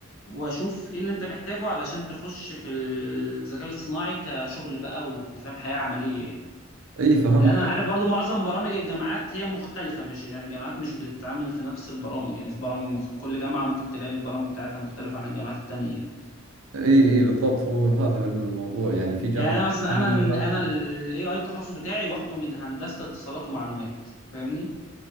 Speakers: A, on the left; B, on the right.
A: واشوف ايه اللي انت محتاجه علشان تخش في الذكاء الاصطناعي كشغل بقى وانت فاهم حياة عملية يعني
B: إي فهمتك
A: لان انا عارف برضو معظم برامج الجامعات هي مختلفه مش يعني الجامعات مش بتتعامل في نفس البرامج يعني في برامج مخ... كل جامعه ممكن تلاقي البرامج بتاعتها مختلفه عن الجامعات التانية يعني
B: إي إي بالضبط هو هذا هو الموضوع يعني في جامعات
A: يعني انا مثلا
B: ثانية
A: انا ال-
B: تاخذ
A: انا الاي اي التخصص بتاعي واخده من هندسه اتصالات ومعلومات فاهمني